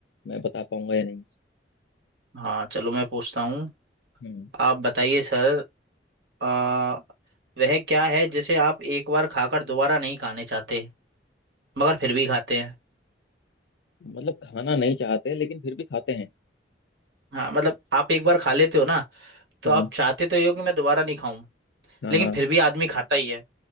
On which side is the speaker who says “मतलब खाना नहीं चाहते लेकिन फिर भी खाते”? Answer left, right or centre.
Left